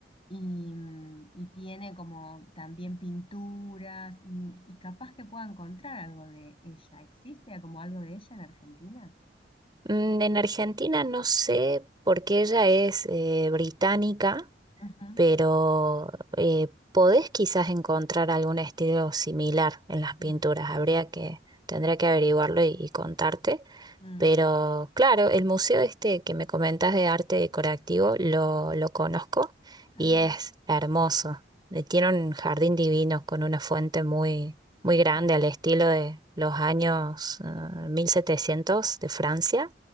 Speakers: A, on the left; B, on the right.
A: Y, mm, y tiene como también pinturas mm, y capaz que pueda encontrar algo de ella. ¿Existe como algo de ella en Argentina?
B: Mm, En Argentina no sé porque ella es eh, británica,
A: Ujú.
B: pero eh, podés quizás encontrar algún estilo similar en las pinturas.
A: Mm,
B: Habría que, tendría que averiguarlo y y contarte.
A: mm.
B: Pero claro, el museo este que me comentas de arte decorativo lo, lo conozco
A: Ay,
B: y es hermoso.
A: no.
B: Eh, Tiene un jardín divino con una fuente muy, muy grande
A: ay,
B: al estilo de los años eh, 1700 de Francia.